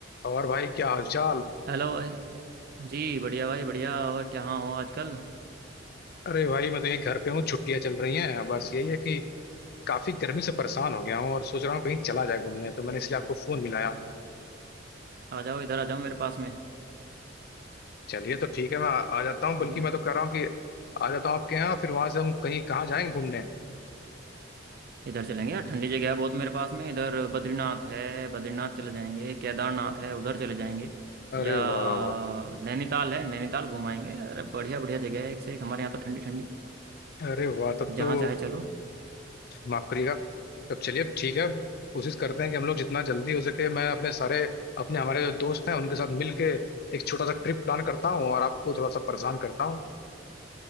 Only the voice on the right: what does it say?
Hello भाई जी बढ़िया भाई बढ़िया और क्या हाँ हो आजकल
आ जाओ इधर आ जाओ मेरे पास में
ठीक है ना
इधर चलेंगे यार ठंडी जगह है बहुत मेरे पास में इधर बद्रीनाथ है बद्रीनाथ चले जाएंगे केदारनाथ है उधर चले जाएंगे
या
नैनीताल है नैनीताल घुमाएंगे अरे बढ़िया बढ़िया जगह है एक से एक हमारे यहाँ तो ठंडी ठंडी
जहाँ
चाहे चलो